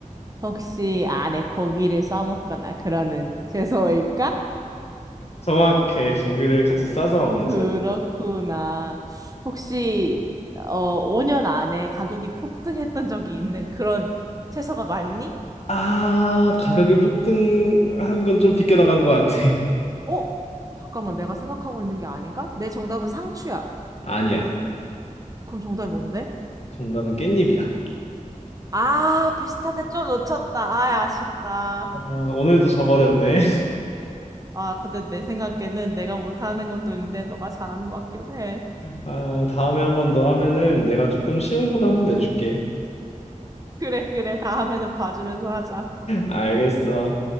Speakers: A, on the right (about 25°); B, on the left (about 50°).
A: 혹시 안에 고기를 싸먹거나 그러는 채소일까?
B: 정확해. <laughs> 고기를 같이 싸서 먹는
A: 그렇구나.
B: 채소야.
A: 혹시, 어, 5년 안에 가격이 폭등했던 적이 있는 그런 채소가 맞니?
B: 아, 가격이 폭등한 건 좀 빗겨 나간 것 같아. <laughs>
A: 어? 잠깐만, 내가 생각하고 있는 게 아닌가? 내 정답은 상추야.
B: 아니야.
A: 그럼 정답이 뭔데?
B: 정답은 깻잎이야.
A: 아, 비슷한데 좀 놓쳤다. 아, 아쉽다.
B: 아, 오늘도 져버렸네. <laughs>
A: 아, 근데 내 생각에는 내가 못하는 것도 있는데 너가 잘하는 것 같기도 해.
B: 아, 다음에 한 번 더 하면은 내가 조금 쉬운 걸로 한번 내줄게.
A: 그래, 그래. 다음에는 봐주면서 하자.
B: 알겠어.